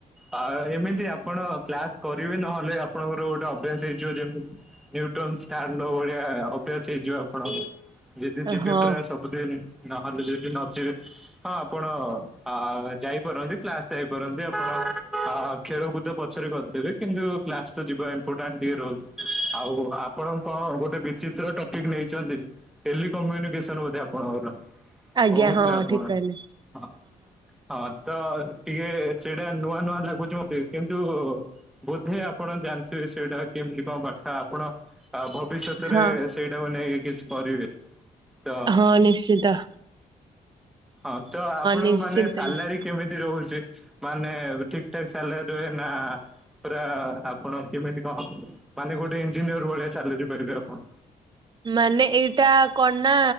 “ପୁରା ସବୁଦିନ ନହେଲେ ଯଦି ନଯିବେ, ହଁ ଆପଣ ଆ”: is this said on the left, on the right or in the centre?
Centre